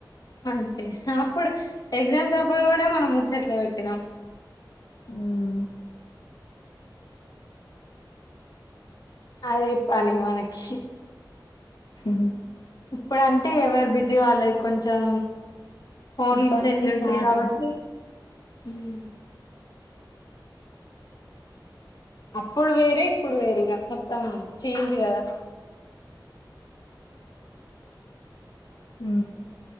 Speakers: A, on the left; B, on the left.
A: అంతే అప్పుడు ఎగ్జామ్స్ అప్పుడు కూడా మనం ముచ్చట్లు పెట్టినాం
B: హ్మ్.
A: అదే పని మనకి
B: హ్మ్
A: ఇప్పుడుంటే ఎవరు బిజీ వాళ్ళది కొంచెం ఫోన్లు
B: ఇప్పటి
A: చేతులొ
B: నుండి స్టార్ట్
A: ఉంటాయి కాబట్టి
B: ఇగ.
A: ఉన్ అప్పుడు వేరే ఇప్పుడు వేరుగా మొత్తం చేంజ్ కదా
B: మూ